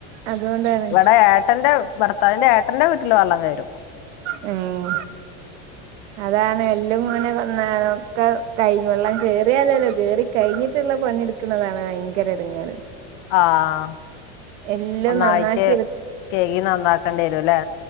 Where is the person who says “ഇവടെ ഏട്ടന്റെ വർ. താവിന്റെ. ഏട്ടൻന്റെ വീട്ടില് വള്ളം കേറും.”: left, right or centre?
Left